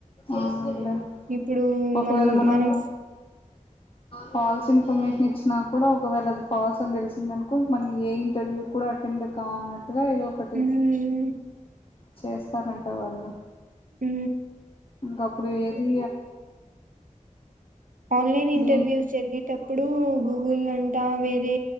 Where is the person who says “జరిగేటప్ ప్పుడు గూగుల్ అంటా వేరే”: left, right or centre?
Right